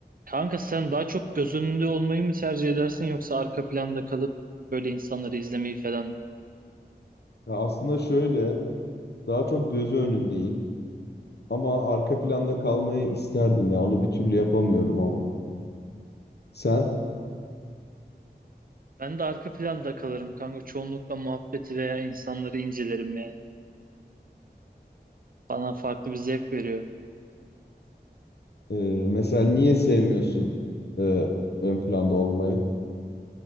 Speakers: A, on the right; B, on the left.
A: Kanka sen daha çok göz önünde olmayı mı tercih edersin yoksa arka planda kalıp böyle insanları izlemeyi falan?
B: Ya aslında şöyle, daha çok gözü önündeyim. Ama arka planda kalmayı isterdim ya. Onu bir türlü yapamıyorum ama. Sen
A: Ben de arka planda kalırım kanka. Çoğunlukla muhabbeti veya insanları incelerim yani. Bana farklı bir zevk veriyor.
B: e, mesela niye sevmiyorsun e, ön planda olmayı?